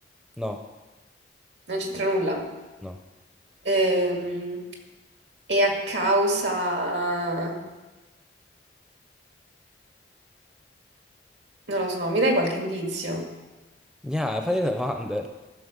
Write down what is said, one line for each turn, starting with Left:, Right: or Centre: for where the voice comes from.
Centre: no,
Right: non c'entra nulla.
Centre: no.
Right: Ehm, e a causa... non lo so, mi dai qualche indizio?
Centre: Gna, fai le domande.